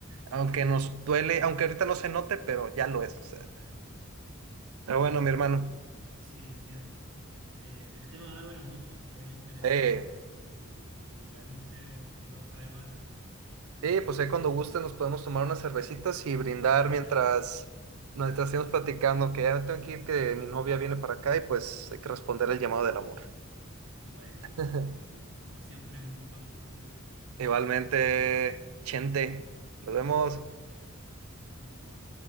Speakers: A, on the right; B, on the right.
A: Aunque nos duele, aunque ahorita no se note, pero ya lo es. o sea. Pero
B: Y
A: bueno, mi hermano.
B: sí, entiendo. En- eh, el tema da para mucho. Es interesante
A: Eh,
B: y, y realmente quiero saber más del tema.
A: sí, pues ahí cuando guste nos podemos tomar unas cervecitas y brindar
B: <laughs>
A: mientras, mientras estemos platicando, que ya me tengo que ir, que mi novia viene para acá y pues hay que responder al llamado del amor.
B: Bueno,
A: <laughs>
B: Dominic, como siempre, un gusto hablar contigo.
A: Igualmente, Chente, nos vemos.
B: Hasta luego.